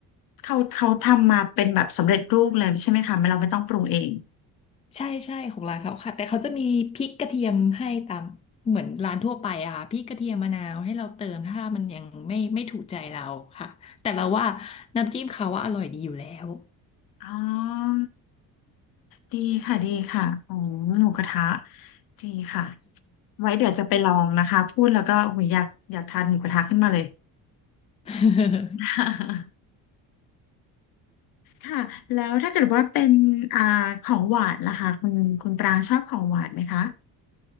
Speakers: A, on the left; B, on the left.
A: เขาเขาทำมาเป็นแบบสำเร็จรูปเลยใช่ไหมคะไม่เราไม่ต้องปรุงเอง
B: ใช่ใช่ของร้านเขาค่ะแต่เขาจะมีพริกกระเทียมให้ตามเหมือนร้านทั่วไปอะค่ะพริกกระเทียมมะนาวให้เราเติมถ้ามันยังไม่ไม่ถูกใจเราค่ะแต่เราว่าน้ำจิ้มเขาว่าอร่อยดีอยู่แล้ว
A: อ๋อดีค่ะดีค่ะโอ้หมูกระทะดีค่ะไว้เดี๋ยวจะไปลองนะคะพูดแล้วก็โอ้ยอยากอยากทานหมูกระทะขึ้นมาเลย
B: <laughs>
A: <laughs> ค่ะแล้วถ้าเกิดว่าเป็นอ่าของหวานล่ะคะคุณคุณปรางชอบของหวานไหมคะ